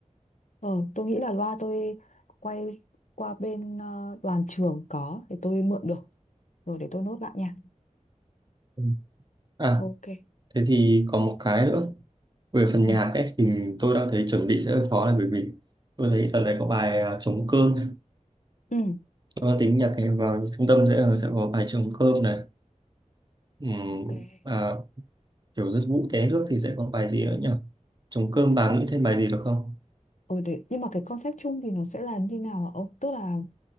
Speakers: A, on the left; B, on the right.
A: Ờ, tôi nghĩ là loa tôi quay qua bên ờ, đoàn trường có thì tôi mượn được rồi để tôi nốt lại nha.
B: Ừ. à
A: Ok.
B: thế thì còn một cái nữa về phần
A: Ừ.
B: nhạc ấy thì tôi đang thấy chuẩn bị sẽ hơi khó là bởi vì tôi thấy ở đấy có bài à, trống cơm
A: Ừ.
B: tôi đang tính nhạc này vào trung tâm sẽ ờ, sẽ có bài trống cơm này Ừm,
A: Ok.
B: à, kiểu rất vũ té nước thì sẽ có bài gì nữa nhỉ trống cơm
A: Nhưng-
B: bà nghĩ thêm bài gì được không
A: Ừ, để, nhưng mà cái concept chung thì nó sẽ là như nào hả ông? Tức là